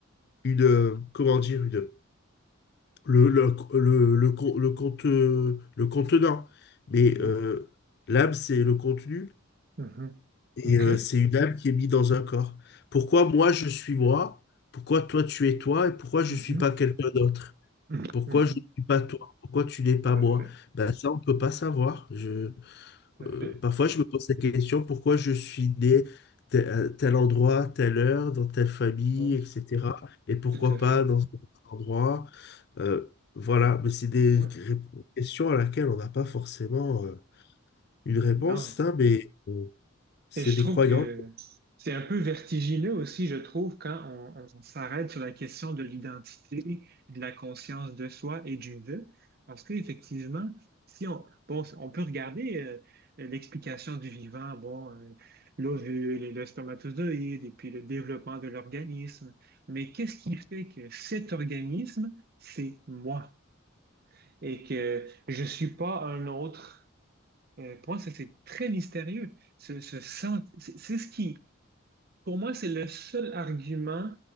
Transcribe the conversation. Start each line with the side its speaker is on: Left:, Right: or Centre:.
Left: une, euh, comment dire, une, le, le, le, le, con- le conte- le contenant. Mais
Right: mhm,
Left: euh, l'âme, c'est le contenu
Right: mhm.
Left: et
Right: OK.
Left: euh, c'est une âme qui est mise dans un corps. Pourquoi moi, je suis moi? Pourquoi toi, tu es toi? Et pourquoi je
Right: Mhm,
Left: suis pas quelqu'un d'autre?
Right: mhm,
Left: Pourquoi
Right: mhm.
Left: je ne suis pas toi? Pourquoi tu n'es pas
Right: Tout
Left: moi?
Right: à fait,
Left: Ben, ça, on ne peut pas savoir. Je,
Right: tout à
Left: euh,
Right: fait.
Left: parfois, je me pose la question, pourquoi je suis né tel, à tel endroit, telle heure, dans telle famille,
Right: Ouais,
Left: etc. Et pourquoi
Right: tout à fait.
Left: pas dans un autre endroit? Euh, voilà, mais c'est des
Right: Ouais.
Left: ré- questions à laquelle on n'a pas forcément euh, une réponse,
Right: Non,
Left: hein, mais euh, c'est
Right: Et je
Left: des
Right: trouve
Left: croyances.
Right: que c'est un peu vertigineux aussi, je trouve, quand on, on s'arrête sur la question de l'identité, de la conscience de soi et du vœu. Parce qu'effectivement, si on, bon, on peut regarder euh, l'explication du vivant, bon, euh, l'ovule et le spermatozoïde, et puis le développement de l'organisme. Mais qu'est-ce qui fait que cet organisme, c'est moi et que je suis pas un autre? Euh, pour moi, ça, c'est très mystérieux. Ce, ce sent- c'est c'est ce qui pour moi, c'est le seul argument.